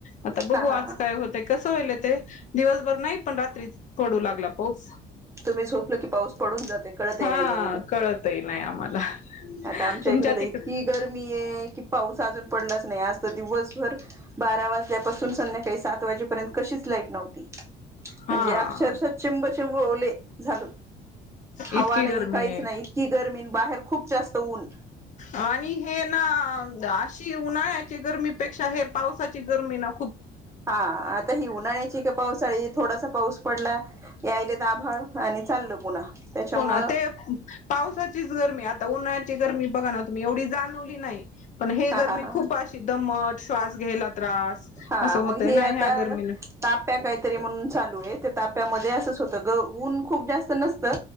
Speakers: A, on the left; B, on the right.
A: आता बघू
B: हा
A: आज
B: हा हा
A: काय होतय, कसं व्हायलय ते. दिवसभर नाही पण रात्री पडू लागला पाऊस.
B: तुम्ही झोपलं की पाऊस पडून जाते कळतही
A: हा
B: नाही तुम्हाला
A: कळतही नाही आम्हाला.
B: आता आमच्या
A: तुमच्या
B: इकडे तर
A: तिकड
B: इतकी गर्मीये कि पाऊस अजून पडलाच नाही आज तर दिवसभर बारा वाजल्यापासून संध्याकाळी सात वाजेपर्यंत कशीच लाईट नव्हती.
A: हा
B: म्हणजे अक्षरशः चिंबचिंब ओले झालो. हवा
A: इतकी
B: नाही
A: गरमी
B: काहीच
A: आहे.
B: नाही इतकी गर्मीन बाहेर खूप जास्त ऊन
A: आणि हे ना ची उन्हाळ्याची गरमीपेक्षा हे पावसाची गरमी न
B: हा आता ही उन्हाळ्यायची का पावसाळी थोडासा पाऊस पडला याईलेत आभाळ आणि चालल पुन्हा. त्याच्यामुळं
A: होणा ते पावसाचीच गरमी आता उन्हाळ्या ळ्याची गरमी बघा ना तुम्ही एवढी जाणवली नाही पण हे
B: हा
A: गरमी
B: हा हा
A: खूप अशी दमट श्वास घ्यायला त्रास
B: हा
A: असं होतय
B: मग हे
A: ना ह्या
B: आता
A: गरमीन
B: ताप्या काहीतरी म्हणून चालूये त्या ताप्यामध्ये असच होतं, ग ऊन खूप जास्त नसतं